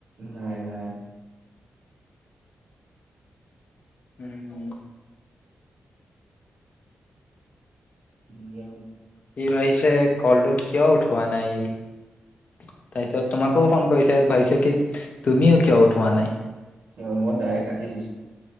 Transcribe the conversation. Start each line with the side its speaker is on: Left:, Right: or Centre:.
Right: নাই নাই
Left: উম
Right: নি
Left: কি ভাবিছে কলটো কিয় উঠৱা নাই তাৰপিছত তোমাকো ফোন কৰিছে ভাবিছে কি তুমিও কিয় উঠোৱা নাই।
Right: অ মই ডাইৰেক্ট কাটি দিছো।